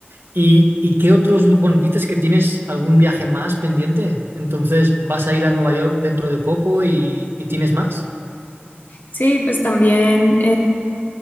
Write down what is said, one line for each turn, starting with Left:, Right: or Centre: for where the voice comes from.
Right: ¿Y, y qué otros, lu- bueno, dices que tienes algún viaje más pendiente? Entonces, ¿vas a ir a Nueva York dentro de poco y, y tienes más?
Left: Sí, pues también